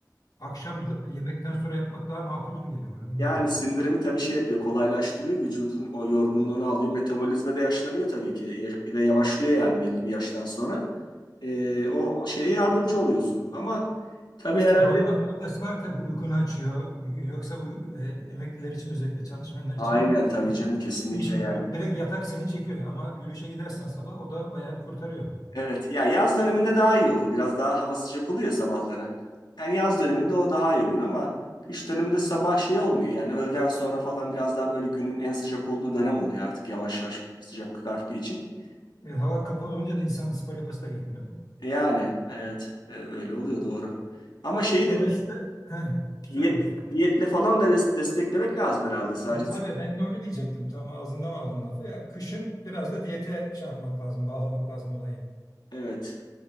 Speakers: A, on the left; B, on the left.
A: akşam da- yemekten sonra yapmak daha makul gibi geliyor bana bilmiyorum.
B: Yani sindirimi tabii şey yapıyor, kolaylaştırıyor. Vücudun o yorgunluğunu alıyor. Metabolizma da yaşlanıyor tabii ki ya- ve yavaşlıyor yani belli bir yaştan sonra. Ee, o şeye yardımcı oluyorsun. Ama tabii
A: Sabahında
B: herhalde
A: faydası var tabii uykunu açıyor. Yoksa uy- e, emekliler için özellikle çalışmayanlar için
B: aynen tabii canım kesinlikle
A: iş gidiyor.
B: yani.
A: Direkt yatak seni çekiyor ama yürüyüşe gidersen sabah o da bayağı bir kurtarıyor.
B: Evet ya yaz döneminde daha iyi oluyor. Biraz daha hava sıcak oluyor ya sabahları. Yani yaz döneminde o daha uygun ama kış döneminde sabah şey olmuyor. Yani öğleden sonra falan biraz daha böyle günün en sıcak olduğu dönem oluyor artık yavaş yavaş sıcaklık arttığı için.
A: E, hava kapalı olunca da insanın spor yapası da gelmiyor.
B: Yani evet e, öyle oluyor doğru. Ama şeyi
A: Dolayısıyla
B: de
A: he, söylüyorsun.
B: diyet, diyetle falan da des- desteklemek lazım herhalde sadece.
A: Ha, Tabii ben de onu diyecektim. Tam ağzından aldın lafı ya. Kışın biraz da diyete şey yapmak lazım, bağlamak lazım olayı.
B: Evet.